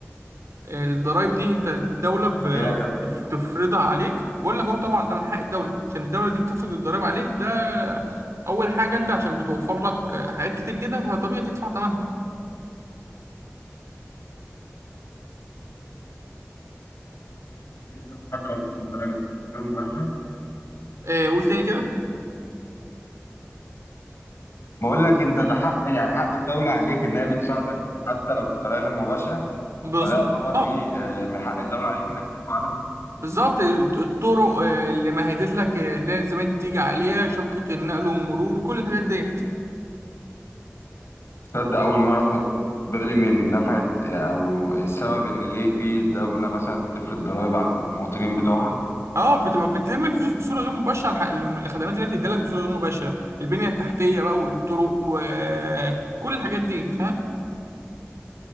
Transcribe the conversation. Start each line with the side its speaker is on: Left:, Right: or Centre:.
Right: الضرايب دي انت الدولة ب-
Left: ايه رايك
Right: بتفرضها عليك بقول لك هو طبعا ده من حق الدولة عشان الدولة دي بتفرض الضرايب عليك ده أول حاجة انت عشان بتوفر لك حاجات كتير جدا فطبيعي تدفع ثمنها
Left: جدا حتى لو بطريقه غير مباشره
Right: اه قول تاني كده
Left: بقول لك انت ده حق يعني حق الدوله عليك انها بتساعدك حتى لو بطريقه غير مباشره
Right: مظبوط
Left: فده يعتبر
Right: اه
Left: ايه آه، من حق الدوله عليك انك تفعلها
Right: بالظبط الطرق آه، اللي مهدت لك آه، اللي هي زمان تيجي عليها شبكة النقل والمرور كل الحاجات ديت
Left: تصدق اول مره اخد بالي من نفعه آه، او السبب ان ليه في دوله مثلا تفرض ضرائب على المواطنين بتوعها
Right: اه بتبقى بتلم الفلوس بصوره غير مباشره الح- الخدمات اللي هي بتديلك بصوره غير مباشره البنيه التحتيه بقى والطرق وكل الحاجات دي فاهم